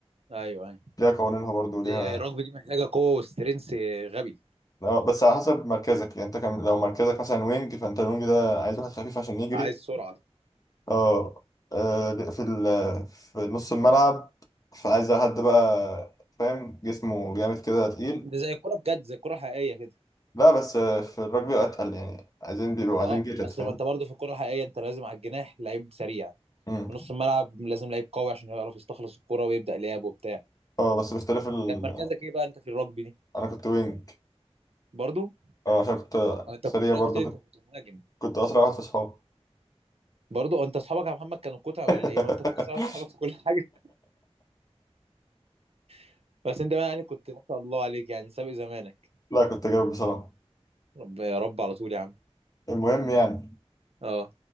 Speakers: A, on the right; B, on the left.
A: ايوه ايوه
B: ليها قوانينها برضو ليها
A: الرجبي دي محتاجه قوه وسترينث غبي
B: آه، بس على حسب مركزك يعني انت كان لو مركزك مثلا وينج فانت الوينج ده عايز واحد خفيف عشان يجري
A: عايز سرعه
B: اه آه، في ال... في نص الملعب فعايز حد بقى فاهم جسمه جامد كده تقيل
A: ده زي الكوره بجد زي الكوره الحقيقيه كده
B: لا بس آه، في الرجبي اتقل يعني عايزين بيبقوا عايزين
A: اه
B: جيتد
A: اصل
B: فاهم
A: ما انت برضه في الكوره الحقيقيه انت لازم على الجناح لعيب سريع
B: مم.
A: في نص الملعب لازم لعيب قوي عشان يعرف يستخلص الكوره ويبدا لعب وبتاع
B: اه بس باختلاف ال...
A: كان مركزك ايه بقى انت في الرجبي دي
B: انا كنت وينج
A: برضه
B: اه عشان كنت
A: هو انت
B: سريع
A: في الكوره
B: برضو
A: انت قلت لي
B: كنت
A: انت كنت مهاجم
B: كنت اسرع واحد في اصحابي
A: برضه هو انت اصحابك يا محمد كانوا كتع
B: <laughs>
A: ولا ايه هو انت اصلا اصحابك في كل حاجه <laughs> بس انت بقى يعني كنت ما شاء الله عليك يعني سابق زمانك
B: لا كنت جامد بصراحه
A: رب يا رب على طول يا عم
B: المهم يعني
A: اه